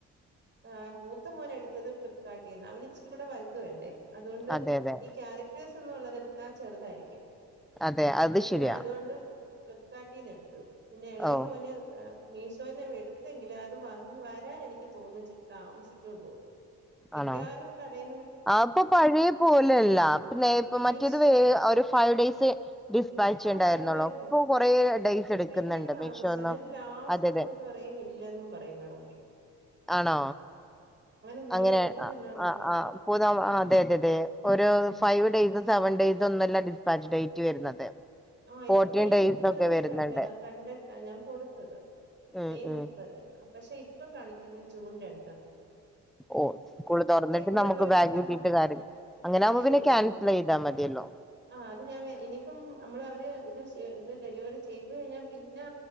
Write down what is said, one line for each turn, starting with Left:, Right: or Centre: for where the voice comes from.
Right: ആഹ് മൂത്ത മോന് എടുത്തത് ഫ്ലിപ്കാർട്ടിൽ നിന്ന് അവന് ഇച്ചിരി കൂടെ വലുത് വേണ്ടേ അതുകൊണ്ട്
Centre: അതെ അതെ
Right: ഈ ക്യാരക്ടേഴ്സ് ഒന്നും ഉള്ളത് എടുത്താ ചെറുതായിരിക്കും
Centre: അതെ അത്
Right: പിന്നെ
Centre: ശരിയാ
Right: അതുകൊണ്ട് ഫ്ലിപ്കാർട്ടിൽ നിന്ന് എടുത്തു പിന്നെ ഇളയ
Centre: ഓ
Right: മോന് മീഷോയിൽ നിന്ന് എടുത്തെങ്കിലും അത് വന്ന് വരാൻ എനിക്ക് തോന്നച്ചിരി താമസിക്കുന്ന് തോന്ന മിക്കവാറും
Centre: ആണോ
Right: കടയ്
Centre: ആഹ് ഇപ്പൊ പഴയ പോലല്ല പിന്നെ ഇപ്പ
Right: മീഷോ
Centre: മറ്റേത് വേ ഒരു ഫൈവ് ഡേയ്സ് ഡിസ്പാച്ച്
Right: ആഹ്
Centre: ഉണ്ടായിരുന്നുള്ളൂ
Right: വരുവായിരുന്നു
Centre: ഇപ്പൊ കൊറേ ഡേയ്സ് എടുക്കുന്നുണ്ട്
Right: ഭയങ്കര താമസ
Centre: മീഷോന്നും
Right: എന്നിട്ട് ലാസ്റ്റ്
Centre: അതെ അതെ
Right: ഇന്നിട്ട് പറയും ഇല്ലന്നും പറയും വേണങ്കി
Centre: ആണോ
Right: ഇന്നാള്
Centre: അങ്ങനെയ്
Right: രണ്ട് മൂന്നെണ്ണം അങ്ങനെ
Centre: ആ
Right: വന്നായിരുന്നു
Centre: ആഹ് <unintelligible> അതെ അതെ അതെ ഒരു ഫൈവ്
Right: ഉം
Centre: ഡേസ് സെവൻ ഡേയ്സ് ഒന്നുല്ല ഡിസ്പാച്ച് ഡേറ്റ് വരുന്നത്
Right: ആഹ്
Centre: ഫോർട്ടീൻ
Right: ഇപ്പൊ മെയ്
Centre: ഡേയ്സ്
Right: മുപ്പത്ന്ന്‌
Centre: ഒക്കെ വരുന്നുണ്ട്
Right: കണ്ടതാ കണ്ടിട്ടാ ഞാൻ കൊടുത്തത്
Centre: ഉം
Right: മെയ്
Centre: ഉം
Right: മുപ്പത് പക്ഷെ ഇപ്പം കാണിക്കുന്ന ജൂൺ രണ്ട്
Centre: ഓഹ് സ്കൂൾ തുറന്നിട്ട്
Right: ഇവിടെള്ളവരും
Centre: നമുക്ക് ബാഗ്
Right: സമ്മ
Centre: കിട്ടീട്ട് കാര്യം അങ്ങനെ
Right: കാര്യല്ലല്ലോ
Centre: ആവുമ്പോ പിന്നെ ക്യാൻസൽ ചെയ്താൽ മതിയല്ലോ
Right: ആഹ് അത് ഞാൻ ഇനിയിപ്പം നമ്മള് അവര് ഇത് ഡെലിവറി ചെയ്ത് കഴിഞ്ഞാൽ പിന്നെ